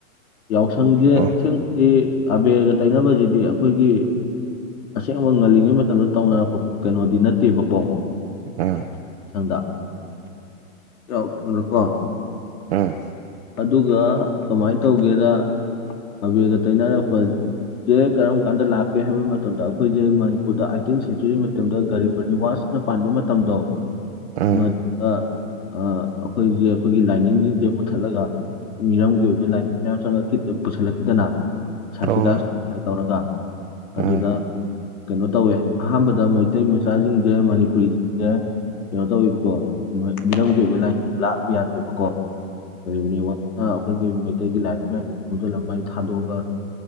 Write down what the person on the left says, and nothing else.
ꯌꯥꯎꯁꯪꯖꯦ
ꯑꯁꯦꯡꯕꯗꯤ ꯑꯕꯦꯔꯒ ꯇꯩꯅꯕꯖꯤꯗꯤ ꯑꯩꯈꯣꯏꯒꯤ ꯑꯁꯦꯡꯕ ꯉꯜꯂꯤꯉꯩ ꯃꯇꯝꯗ ꯇꯧꯅꯔꯛꯄ ꯀꯩꯅꯣꯗꯤ ꯅꯠꯇꯦꯕꯀꯣ
ꯃꯊꯪꯗ ꯆꯩꯔꯥꯎꯕꯒꯗꯣꯀꯣ
ꯑꯗꯨꯒ ꯀꯃꯥꯏꯟ ꯇꯧꯒꯦꯗ ꯑꯕꯦꯔꯒ ꯇꯩꯅꯔꯛꯄ ꯁꯦ ꯀꯔꯝ ꯀꯥꯟꯗ ꯂꯥꯛꯀꯦ ꯍꯥꯏꯕ ꯃꯇꯝꯗ ꯑꯩꯈꯣꯏꯁꯦ ꯃꯅꯤꯄꯨꯔꯗ ꯑꯥꯏꯇꯤꯟ ꯁꯦꯟꯆꯨꯔꯤ ꯃꯇꯝꯗ ꯒꯔꯤꯕꯅꯤꯋꯥꯖ ꯅ ꯄꯥꯟꯕ ꯃꯇꯝꯗꯣ
ꯃꯗꯨ ꯑ ꯑꯩꯈꯣꯏꯖꯦ ꯑꯩꯈꯣꯏꯒꯤ ꯂꯥꯏꯅꯤꯡꯖꯤꯡꯖꯦ ꯃꯨꯠꯊꯠꯂꯒ ꯃꯤꯔꯝꯒꯤ ꯑꯣꯏꯕ ꯂꯥꯏꯅꯤꯡ ꯃꯌꯥꯝ ꯆꯪꯂꯛꯈꯤ ꯄꯨꯁꯤꯜꯂꯛ ꯁꯤꯗꯅ ꯁꯥꯟꯇꯤꯗꯥꯁ
ꯒꯣꯁꯥꯏ ꯇꯧꯔꯒ ꯑꯗꯨꯗ
ꯀꯩꯅꯣ ꯇꯧꯋꯦ ꯑꯍꯥꯟꯕꯗ ꯃꯩꯇꯩ ꯃꯆꯥꯖꯤꯡꯖꯦ ꯃꯅꯤꯄꯨꯔꯤꯁꯤꯡꯖꯦ ꯀꯩꯅꯣ ꯇꯧꯋꯦꯕꯀꯣ ꯃꯤꯔꯝꯒꯤ ꯑꯣꯏꯕ ꯂꯥꯏꯅꯤꯡꯖꯦ ꯂꯥꯠꯂꯨ ꯌꯥꯗꯦꯕꯀꯣ ꯒꯔꯤꯕꯅꯤꯋꯥꯖꯅ ꯑꯩꯈꯣꯏꯒꯤ ꯃꯩꯇꯩꯒꯤ ꯂꯥꯏꯔꯤꯛ ꯃꯌꯥꯝꯁꯤ ꯈꯣꯝꯖꯤꯜꯂ ꯃꯩ ꯊꯥꯗꯣꯛꯑꯒ